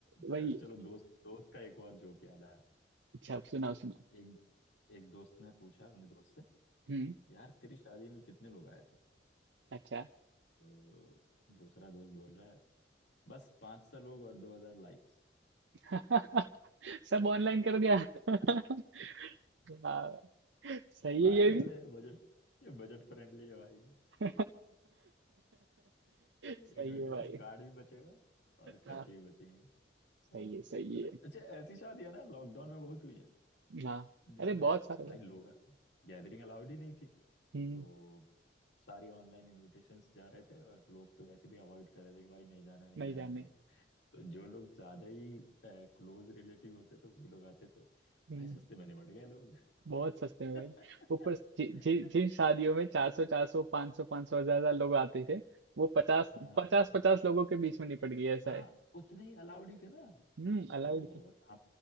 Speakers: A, on the right; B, on the left.
A: वही
B: च- चलो दोस्त दोस्त का एक और जोक याद आया
A: अच्छा अब सुनाओ सुनाओ
B: एक एक दोस्त ने पूछा अपने दोस्त से
A: हम्म
B: यार तेरी शादी में कितने लोग आए थे
A: अच्छा
B: तो दूसरा दोस्त बोल रहा है बस पांच सौ लोग और दो हजार लाइक्स
A: <laughs> सब ऑनलाइन कर दिया
B: <laughs>
A: <laughs> वाह, सही
B: भाई
A: है ये
B: बोले
A: भी
B: बजट ये बजट फ्रेंडली है भाई
A: <laughs> सही
B: <laughs> इनविटेशन
A: है भाई
B: कार्ड भी बचेगा और खर्चे
A: हाँ
B: भी बचेंगे
A: सही
B: हाँ।
A: है सही है
B: अच्छा ऐसी शादियां ना लॉकडाउन में बहुत हुई है
A: हाँ
B: जिसमें
A: अरे बहुत सारे
B: भाई
A: हुए।
B: लोग गैदरिंग अलाउड ही नहीं थी
A: हम्म
B: तो सारी ऑनलाइन इनविटेशंस जा रहे थे और लोग तो वैसे भी अवॉइड कर रहे थे कि भाई नहीं जाना नहीं
A: नहीं
B: जाना
A: जाने
B: नहीं जाना तो जो लोग ज्यादा ही क्लोज रिलेटिव होते थे वही लोग आते थे
A: हम्म।
B: भाई सस्ते में निबट गए लोग
A: बहुत सस्ते
B: <laughs>
A: में भाई ऊपर जि, जि, जिन शादियों में चार सौ चार सौ पाँच सौ पाँच सौ हजार हजार लोग आते थे वो पचास
B: हाँ
A: पचास पचास लोगों के बीच में निपट गई ऐसा
B: हाँ
A: है
B: उतने ही अलाउड ही थे ना
A: हम्म अलाउड
B: तो
A: थी
B: हम